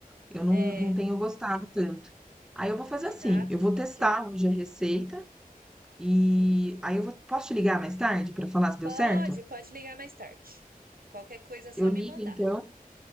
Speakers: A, in the centre; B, on the right.
A: Eu não,
B: É,
A: não tenho gostado tanto. Aí eu vou fazer
B: de
A: assim,
B: nata,
A: eu
B: de
A: vou
B: manteiga.
A: testar hoje a receita e
B: Uhum.
A: aí eu vou, posso te ligar mais tarde para falar se deu
B: Pode,
A: certo?
B: pode ligar mais tarde. Qualquer coisa é só
A: Eu ligo
B: me mandar.
A: então.